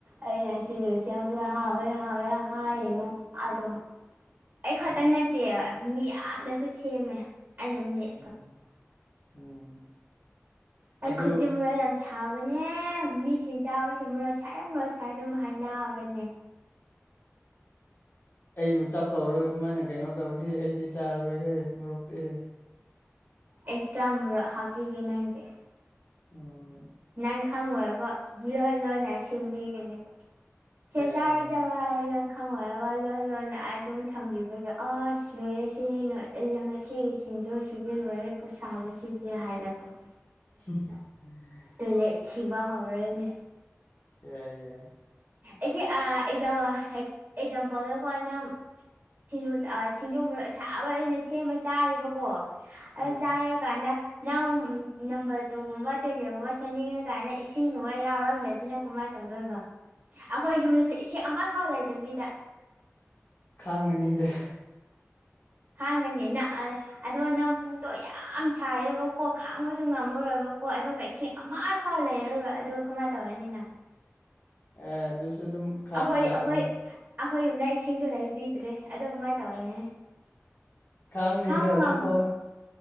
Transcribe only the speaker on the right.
ꯑꯩꯅ ꯁꯤꯡꯖꯨ ꯁ‌ꯦꯝꯕꯗ ꯍꯥꯎꯋꯦ ꯍꯥꯎꯋꯦ ꯍꯥꯏꯉꯣ ꯑꯗꯣ ꯑꯩ ꯈꯛꯇ ꯅꯠꯇꯦꯕ ꯃꯤ ꯌꯥꯝꯅꯁꯨ ꯁꯦꯝꯃꯦ ꯑꯩꯅ ꯃ‌ꯦꯠ
ꯑꯩ
ꯈꯨꯠꯇꯤ ꯃ‌ꯣꯔꯣꯛ ꯌꯥꯝ ꯁꯥꯕꯅꯦ ꯃꯤꯁꯤꯡ ꯆꯥꯕꯁꯦ ꯃ‌ꯣꯔꯣꯛ ꯁꯥꯏꯌ‌ꯦ ꯃ‌ꯣꯔꯣꯛ ꯁꯥꯏ ꯑꯗꯨꯝ ꯍꯥꯏꯕꯅꯦ
ꯏ‌ꯦꯁꯇ꯭ꯔꯥ ꯃ‌ꯣꯔ‌ꯣꯛ ꯍꯥꯞꯄꯤꯒ‌ꯦ ꯅꯪꯒꯤ
ꯅꯪ ꯈꯪꯉ‌ꯣꯏꯕ ꯂꯣꯠ ꯂꯣꯠꯅ ꯁꯦꯝꯕꯤꯒꯅꯦꯕ ꯁꯦ
ꯆꯥꯔ‌ꯣ
ꯆꯥꯔ‌ꯣ ꯍꯥꯏꯔ‌ ꯅꯪ ꯈꯪꯉ‌ꯣꯏꯕ ꯂꯣꯟ ꯂꯣꯟꯅ ꯑꯗꯨꯝ ꯊꯝꯕꯤꯕꯗꯣ ꯑꯁ ꯂꯣꯏꯔꯦ ꯁꯤ ꯅꯣꯏ ꯑꯩꯅ ꯉꯁꯤꯒꯤ ꯁꯤꯡꯖꯨꯁꯤꯗꯤ ꯂꯣꯏꯔ‌ꯦ ꯄꯨꯛ ꯁꯥꯕꯁꯤꯗꯤ ꯍꯥꯏꯔꯀꯣ
ꯇꯣꯏꯂꯦꯠ ꯁꯤꯕ ꯍꯧꯔꯦꯅꯦ
ꯑꯩꯁꯦ ꯑꯥ ꯑꯦꯛꯖꯥꯝ ꯑꯦꯛꯖꯥꯝꯄꯜꯗ ꯍꯣꯏ ꯅꯪ ꯁꯤꯡꯖꯨ ꯁꯤꯡꯖꯨ ꯃꯣꯔꯣꯛ ꯑꯁꯥꯕ ꯑꯩꯅ ꯁꯦꯝꯕ ꯆꯥꯔꯦꯕꯀꯣ ꯑꯗꯨ
ꯆꯥꯔꯀꯥꯟꯗ ꯅꯪ ꯅꯝꯕꯔ ꯇꯨꯒꯨꯝꯕ ꯇꯣꯏꯂꯦꯠꯒꯨꯝꯕ ꯆꯦꯟꯅꯤꯡꯉ ꯀꯥꯟꯗ ꯏꯁꯤꯡꯒꯨꯝꯕ ꯌꯥꯎꯔꯝꯗꯗꯤ ꯅꯪ ꯀꯃꯥꯏꯅ ꯇꯧꯗꯣꯏꯕ ꯑꯩꯈꯣꯏ ꯌꯨꯝꯗꯁꯨ ꯏꯁꯤꯡ ꯑꯃ ꯐꯥꯎ ꯂꯩꯇꯕꯤꯗ
ꯈꯥꯡꯒꯅꯤ ꯅꯪ ꯑꯗꯣ ꯅꯪ ꯄꯨꯛꯇꯣ ꯌꯥꯝ ꯁꯥꯔꯦꯕꯀꯣ ꯈꯥꯡꯕꯁꯨ ꯉꯝꯃꯔꯣꯏꯕ ꯀꯣ ꯑꯗꯨꯒ ꯏꯁꯤꯡ ꯑꯃ ꯐꯥꯎ ꯂꯩꯔꯔꯣꯏ ꯑꯗꯨꯒ ꯀꯃꯥꯏꯅ ꯇꯧꯔꯅꯤ ꯅꯪ
ꯑꯩꯈꯣꯏ
ꯑꯩꯈꯣꯏ ꯑꯩꯈꯣꯏ ꯌꯨꯝꯗ ꯏꯁꯤꯡꯁꯨ ꯂꯩꯕꯤꯗ꯭ꯔꯦ ꯑꯗꯨ ꯀꯃꯥꯏꯅ ꯇꯧꯔꯦ
ꯈꯥꯡꯕ
ꯉꯝ